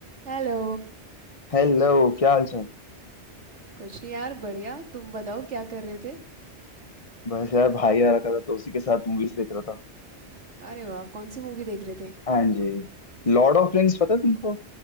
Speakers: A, on the right; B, on the left.
A: Hello
B: Hello क्या हाल चाल
A: कुछ नहीं यार बढ़िया तुम बताओ क्या कर रहे थे
B: बस यार भाई आ रखा था तो उसी के साथ मूवीज देख रहा था
A: अरे वाह कौन सी मूवी देख रहे थे
B: हाँ जी लॉर्ड ऑफ रिंग्स पता है तुमको